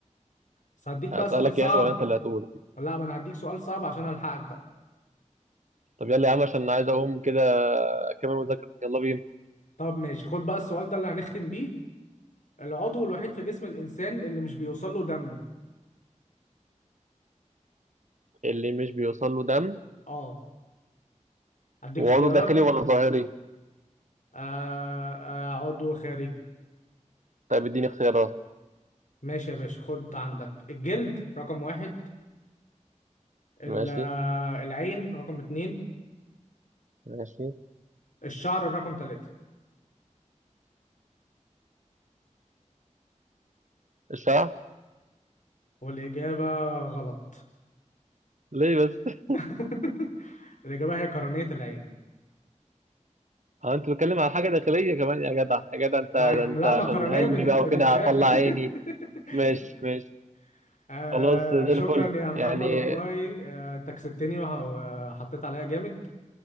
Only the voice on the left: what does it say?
بس هديك بقى
سؤال صعب
لا ما انا هديك سؤال صعب عشان الحقك بقى
طب ماشي خد بقى السؤال ده اللي هنختم بيه العضو الوحيد في جسم الانسان اللي مش بيوصل له دم
اه هديك
اختيارات
آه آه عضو خارجي
ماشي يا باشا خد عندك الجلد رقم واحد ال-
آه، العين رقم اتنين
الشعر رقم تلاتة
والإجابة غلط
<laughs> الإجابة هي قرنية العين
مع...
لا
مكرونية
بت-
بتتشاف
<laughs>
آه
شكرا
يا محمد
والله آه انت كسبتني وه- وحطيت عليا جامد